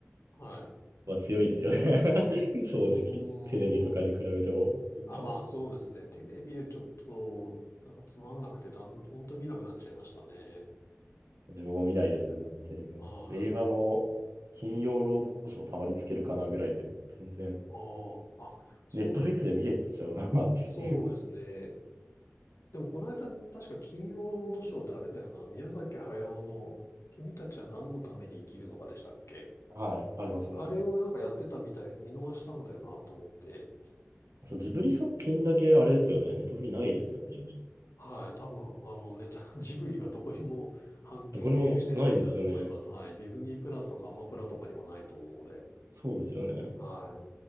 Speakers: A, on the left; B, on the right.
A: はい。
B: は強いですよね <laughs> 正直。
A: うーん。
B: テレビとかに比べても。なんか
A: あ、まあそうですね。テレビでちょっと、なんかつまんなくて、だん、ほんと見なくなっちゃいましたね。
B: 自分も見ないですね、全然テレビは。
A: はい。
B: 映画も、金曜ロードショーたまにつけるかなぐらいでも、全然、
A: ああ、あ、そうだ。
B: ネットフリックスで見れちゃうなっていう
A: そうですね。でもこの間、確か金曜ロードショーであれだよな。宮崎駿の君たちは何のために生きるのかでしたっけ
B: <laughs> はい、ありますね。
A: あれをなんかやってたみたいで見逃したんだよなと思って。
B: そう、ジブリ作品だけあれですよね。ネットフリないですよね、正直。
A: はい、多分、あの、ネタ、<laughs> ジブリはどこにも版権を許してないんだと思います。
B: で、これもないですよね。
A: はい。ディズニープラスとかアマプラとかにもないと思うので。
B: そうですよね。
A: はい。